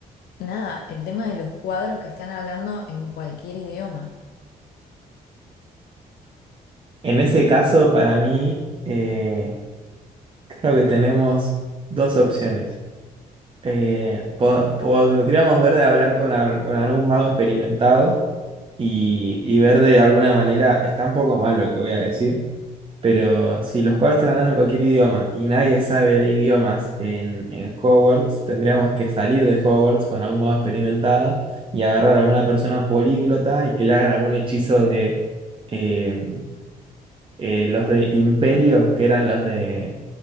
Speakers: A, on the left; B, on the right.
A: Nada, el tema de los cuadros que están hablando en cualquier idioma.
B: En ese caso, para mí, eh, creo que tenemos dos opciones. Eh, po- podríamos ver de hablar con, al- con algún mago experimentado y, y ver de alguna manera, está un poco mal lo que voy a decir, Pero si los cuatro están hablando en cualquier idioma y nadie sabe de idiomas en, en Hogwarts, tendríamos que salir de Hogwarts con algún mago experimentado y agarrar a alguna persona políglota y que le hagan algún hechizo de, eh, eh, los de Imperio, que eran los de